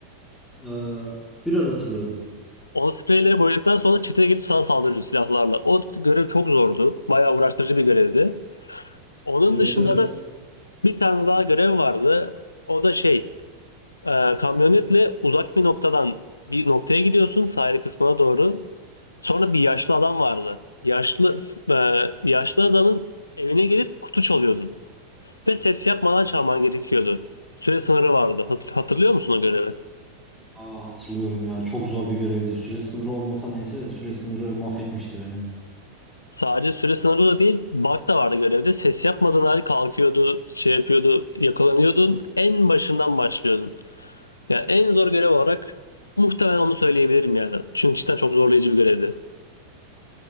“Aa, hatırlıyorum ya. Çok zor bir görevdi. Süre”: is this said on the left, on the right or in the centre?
Centre